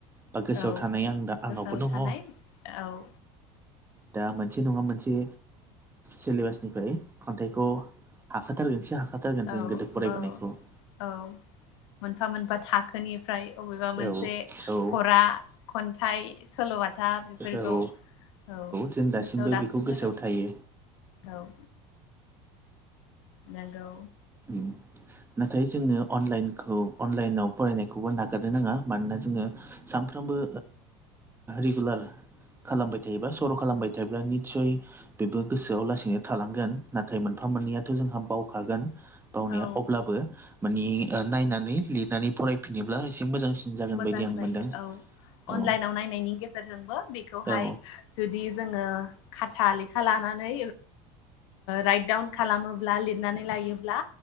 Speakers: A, on the right; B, on the left.
A: बा गोसोआव
B: औ
A: थानाय आं दा
B: गोसोआव
A: आंनावबो दङ
B: थानाय
A: औ‍
B: औ
A: दा मोनसे नङा मोनसे सिलेबास निफ्राय खन्थाइखौ हाखाथारगोन एसे हाखाथारगोन
B: औ
A: जों गोदो फरायबोनायखौ
B: औ औ मोनफा मोनफा थाखोनिफ्राय अबेबा मोनसे
A: औ औ
B: फरा खन्थाइ सल' म बेफोरखौ
A: औ औ
B: औ
A: जों
B: गोसोआव दासिमबो
A: बेखौ गोसोआव
B: दं
A: थायो
B: औ। नगौ।
A: उम नाथाय जोङो अनलाइनखौ अनलाइनाव फरायनायखौबो नागारनो नाङा मानोना जोङो सानफ्रोमबो रेगुलार खालामबाय थायोबा सर' खालामबाय थायोब्ला निस्सय बेबो गोसोआव लासैनो थालांगोन नाथाय मोनफा मोननैयाथ' जोंहा बावखागोन। बावनाया
B: औ
A: अब्लाबो मानि नायनानै लिरनानै फरायफिनोब्ला एसे मोजांसिन जागोन
B: मोजां
A: बायदि आं
B: जायो
A: मोनदों
B: औ अनलाइनाव
A: औ
B: नायनायनि गेजेरजोंबो बेखौहाय
A: औ
B: जुदि जोङो खाथा लेखा लानानै राइट दडाउन खालामो ब्ला लिरनानै लायोब्ला